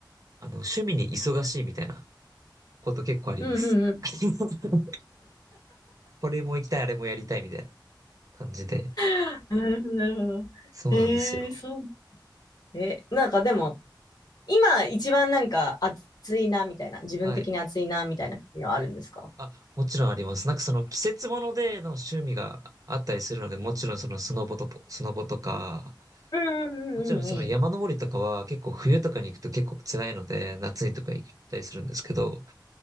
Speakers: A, on the right (about 45°); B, on the left (about 55°).
A: あの、趣味に忙しいみたいなこと結構あります。
B: うんうんうん。
A: <laughs> これも行きたい、あれもやりたいみたいな感じで。
B: <laughs> なるほど、なるほど。
A: そうなんですよ。
B: へえ、そう。え、なんかでも、今一番なんか熱いなみたいな、自分的に熱いなみたいなのはあるんですか
A: はい。あ、もちろんあります。なんかその季節物での趣味があったりするので、もちろんそのスノボと、スノボとか、
B: うんうんうんうん。
A: もちろんその山登りとかは結構冬とかに行くと結構辛いので、夏にとか行ったりするんですけど、